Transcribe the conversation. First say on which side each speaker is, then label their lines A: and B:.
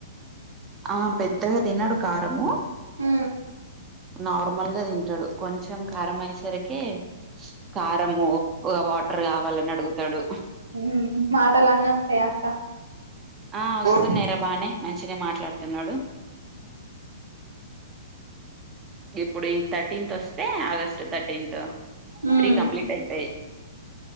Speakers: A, on the right; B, on the right.
A: ఆ పెద్దగా తినడు కారము
B: ఊ
A: నావ్ ర్మల్ గా తింటడు కొంచెం కారం అయేసరికి కారము ఉప్ వాటర్ కావ లని అడుగుతడు
B: ఊ మాటలన్నస్తయ అక్క
A: ఆ వస్తున్నయ్
B: ఉహు
A: బానే మంచనే మాట్లాడుతున్నడు ఇప్పుడు ఈ థర్టీన్త్ వస్తే August thirteenth
B: um
A: three complete అయితయ్